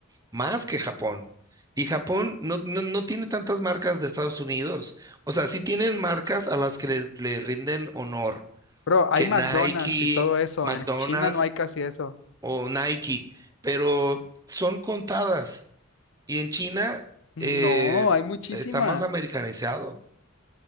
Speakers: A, on the right; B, on the left.
A: más que Japón. Y Japón no, no, no tiene tantas marcas de Estados Unidos. O sea, sí tienen marcas a las que le, le rinden honor,
B: Pero hay
A: que
B: McDonald's
A: Nike,
B: y todo eso,
A: McDonald's,
B: en China no hay casi eso.
A: o Nike, pero son contadas. Y en China
B: No,
A: eh,
B: hay muchísimas.
A: está más americanizado.